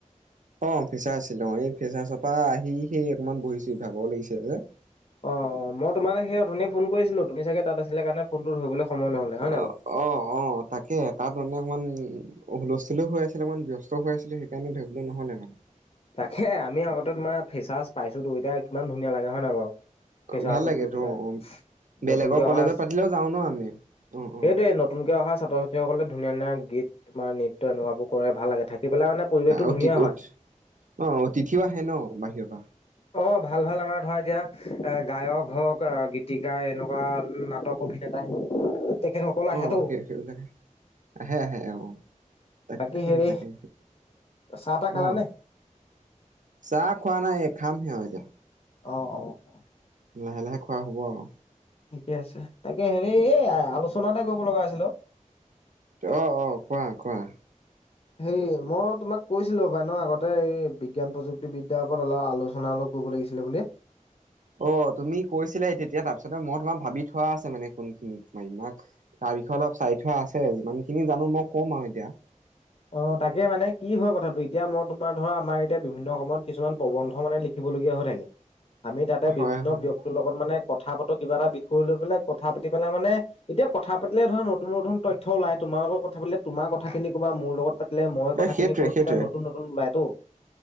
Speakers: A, on the right (about 70°); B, on the left (about 50°).
A: অ ফেচাৰ্চ আছিল। অ এই ফেচাৰ্চৰ পৰা আহি সেই অকনমান বহিছোঁ ভাগৰ লাগিছে যে।
B: অ অ মই তোমালে সেই অথনি ফোন কৰিছিলোঁ। তুমি চাগে তাত আছিলে কাৰণে ফোনটো ধৰিবলৈ- সময় নহলে হয় নাই
A: অ
B: বাৰু?
A: অ অ তাকে তাত মানে অকমান, হুলস্থুলও হৈ আছিলে মানে ব্যস্তও হৈ আছিলোও সেইকাৰণে ধৰিবলে নহ'লে আৰু।
B: তাকে আমি আগতে তোমাৰ ফেচাৰ্চ পাইছোঁ টো এতিয়া কিমান ধুনীয়া লাগে হয় নাই বাৰু ফেচাৰ্চত
A: ভাল লাগে
B: গৈ
A: তো
B: পেলাই।
A: অ বেলেগৰ
B: নতুনকে
A: কলেজত
B: অহা
A: পাতিলেও যাওঁ ন আমি। অ
B: সেইটোৱে
A: অ
B: নতুনকে অহা- ছাত্ৰ ছাত্ৰীসকলে ধুনীয়া ধুনীয়া গীত বা নৃত্য এনেকাবোৰ কৰে ভাল লাগে থাকি। থাকি পেলাই মানে পৰিৱেশটো
A: অতি
B: ধুনীয়া হয়।
A: উত অ অ তিথিও আহে ন বাহিৰৰ পৰা।
B: অ ভাল ভাল আমাৰ ধৰা এতিয়া এ গায়ক হওঁক গীতিকাৰ এনেকুৱা- বা নাটক অভিনেতা তেখেতসকল আহেটো।
A: অ সেই সেইবিলাক আহে আহে অ তাক
B: বাকী
A: তাকে
B: হেৰি
A: তাকে
B: চাহ তাহ খালানে?
A: আহ। চাহ খোৱা নাই এক খাম হে আও এতিয়া।
B: অ অ অ।
A: লাহে লাহে খোৱা হ'ব আৰু।
B: ঠিকে আছে তাকে হেৰি আলোচনা এটা কৰিব লগা আছিল অ।
A: অ অ কোৱা কোৱা।
B: হেৰি মই তোমাক কৈছিলোঁ পায় ন আগতে এই বিজ্ঞান প্ৰযুক্তিবিদ্যাৰ ওপৰত অলপ আলোচনা- কৰিব লাগিছিলে বোলে।
A: অ তুমি কৈছিলা তেতিয়া তাৰপিছতে মই তোমাৰ ভাবি থোৱা আছে মানে কোনখিনি মায়িম ৱা। তাৰিখে অলপ চাই থোৱা আছে যিমানখিনি জানো মই কম আৰু এতিয়া
B: অ তাকে মানে কি হয় কথাটো এতিয়া মই ধৰা আমাৰ এতিয়া বিভিন্ন সময়ত কিছুমান প্ৰবন্ধ মানে লিখিবলগীয়া হৈ থাকে। আমি তাতে
A: হয়
B: বিভিন্ন
A: হয়
B: ব্যক্তিৰ লগত মানে কথা পাতো কিবা এটা বিষয় লৈ পেলাই। কথা পাতি পেলাই মানে এতিয়া কথা পাতিলে ধৰা নতুন নতুন তথ্য ওলাই তোমালোকৰ কথা তোমাৰ কথাখিনি ক'বা মোৰ লগত পাতিলে মই কথাখিনি
A: এ সেইটোৱে
B: কলো
A: সেইটোৱে
B: তেতিয়া নতুন নতুন ওলাই তো।